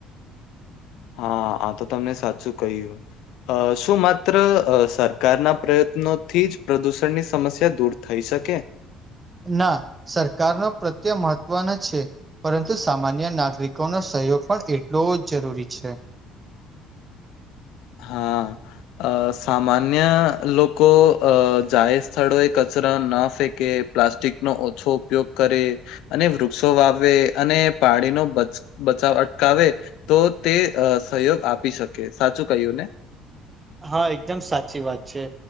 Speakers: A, on the left; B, on the right.
A: હા, આ તો તમને સાચું કહ્યું. અ શું માત્ર સરકારના પ્રયત્નોથી જ પ્રદૂષણની સમસ્યા દૂર, થઈ શકે,
B: ના સરકારનો પ્રત્યે મહત્વનો છે. પરંતુ સામાન્ય નાગરિકોનો સહયોગ પણ એટલો જ જરૂરી છે.
A: હા અ સામાન્ય લોકો અ જાહેર સ્થળોએ કચરા ના ફેંકે પ્લાસ્ટિક નો ઓછો ઉપયોગ કરે. અને વૃક્ષો વાવેવે અને પાણીનો બચ બચાવ અટકાવે તો તે સહયોગ આપી શકે. સાચું કહ્યું ને?
B: હા એકદમ સાચી વાત છે